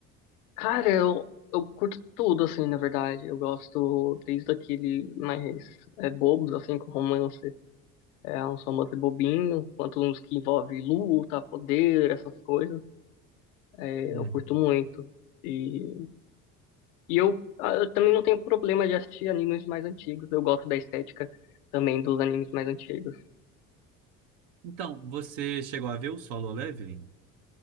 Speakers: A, on the left; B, on the right.
A: Cara, eu, eu curto tudo, assim, na verdade. Eu gosto desde aquele mais é, bobos, assim, com romance É um romance bobinho, quanto uns que envolve luta, poder, essas coisas. É,
B: Uhum.
A: eu curto muito. E, e eu, ah, eu também não tenho problema de assistir animes mais antigos. Eu gosto da estética também dos animes mais antigos.
B: Então, você chegou a ver o Solo Leveling?